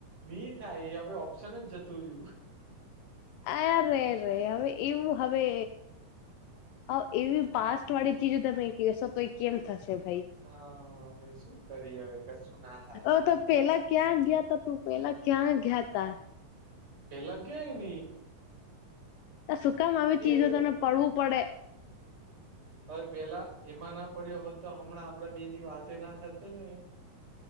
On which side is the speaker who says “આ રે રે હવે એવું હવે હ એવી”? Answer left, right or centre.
Left